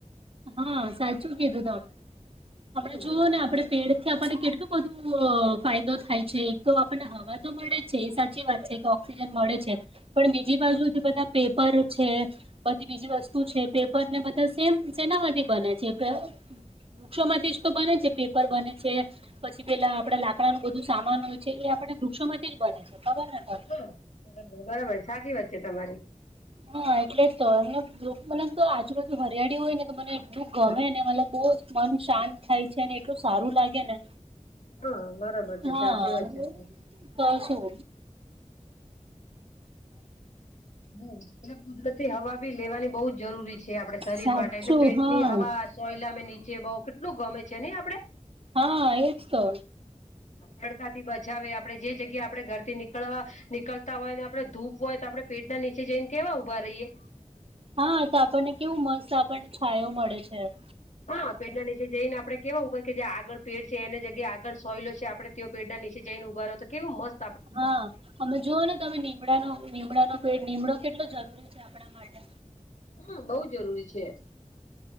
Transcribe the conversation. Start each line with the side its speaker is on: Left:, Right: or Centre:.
Right: હા સાચું કીધું તમણે હમણા
Left: હા
Right: જોઓ ને આપણે પેડથી આપણને કેટલું બધું ફાયદો થાય છે એક તો આપણને હવા તો મળે એ સાચી વાત છે કે ઓક્સિજન મળે છે પણ બીજી બાજુથી બધા પેપર છે બધી બીજી વસ્તુ છે પેપર ને બધા સેમ સના માંથી બને છે વૃક્ષો માંથી જ તો બને છે પેપર બને છે પછી પેલા આપડે લાકડાનુંબધું સામાન હોય છે એ આપડે વૃક્ષોમાં જ બને છે ખબર તમને
Left: બરાબર બરાબર સાચી વાત છે તમારી
Right: હા એટલે જ તો એ મને તો આજુરોજુ હરિયાળી હોય ને મને એટલું ગમે ને મતલબ બહુ જ મન શાંત થાય છે અનેને એટલું સારું લાગે ને
Left: હા બરાબર છે
Right: હા
Left: સાચી વાત છે તમારી
Right: તો શું
Left: હમ એટ કુદરતી હવા બી લેવાની બહ જ જરૂરી છે આપડે શરીર
Right: સાચું
Left: માટે એટલે પેટની
Right: હા
Left: હવા સોયલા મે નીચે બઉ કેટલું ગમે છે નહ આપડે
Right: હા એ જ તો
Left: તડકાથી બચાવે આપડણે જે જગ્યા આપડે ઘરથી નીકળવા નીકળતા હોય ને આપડણે ધૂપ હોય તો આપડણે પેટના નીચે જઈને કેવા ઉઊભા રહીયએ
Right: હા તો આપણને કેવું મસ્ત આપણને છાયો મળે છેમ
Left: હા પેડના નીચે જઈને આપણે કેવા ઉપર કે જે આગળ પેડ છે એને જગ્યાએ આગળ સોયલો છે આપણે તેઓ પેટના નીચ જઈને ઉભા તો કેવો મત
Right: હા અમે જોુઓ ને તમેમડાનો નિમડાનો પેટ નિનીમડો કેટલો જરૂરી છે આપણા માટે
Left: હા બઉ જરૂરી છે.